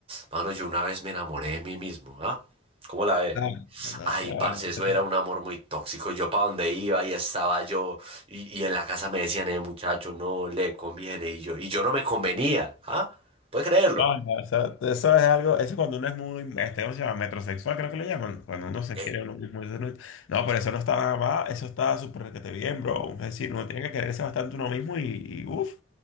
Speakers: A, on the right (about 30°); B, on the left (about 80°).
A: mano, yo una vez me enamoré de mí mismo, ¿ah? ¿Cómo la ve?
B: Ah, no.
A: Ay, parce,
B: Ah,
A: eso era
B: no
A: un amor muy tóxico. Yo para donde iba y estaba yo, y, y en la casa me decían, eh, muchacho, no le conviene, y yo, y yo no me convenía, ¿ah? ¿Puedes creerlo?
B: No, no, eso, eso es algo, eso cuando uno es muy, este, ¿cómo se llama? Metrosexual, creo que le llaman, cuando uno se
A: Eh,
B: quiere uno mismo, eso no, no, pero eso no está nada más, eso está súper requete bien, bro, es decir, uno tiene que quererse bastante uno mismo y, y uff,